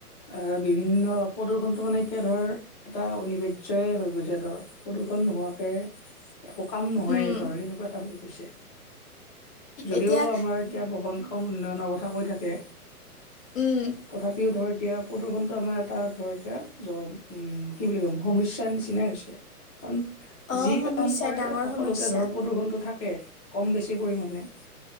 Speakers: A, on the left; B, on the left.
A: অ বিভিন্ন প্ৰদূ্ষনটো মানে এতিয়া ধৰ এটা অনিবাৰ্যই হৈ গৈছে ধৰ প্ৰদূষন নোহোৱাকে একো কাম নহয়েই
B: উম
A: ধৰ সেনেকুৱা এটা হৈ গৈছে যদিও
B: এতিয়া
A: আমাৰ এতিয়া বহনক্ষম উন্নয়নৰ কথা কৈ থাকে।
B: উম
A: তথাপিও ধৰ এতিয়া প্ৰদূষণটো আমাৰ এটা ধৰ এতিয়া জ উম কি বুলি কম সমস্যাৰ নিচিনাই হৈছে। কাৰণ
B: অ
A: যি
B: সমস্যা
A: কাম কৰে
B: ডাঙৰ
A: সকলোতে
B: সমস্যা
A: ধৰ প্ৰদূষনটো থাকে। থাকে কম বেছি পৰিমাণে।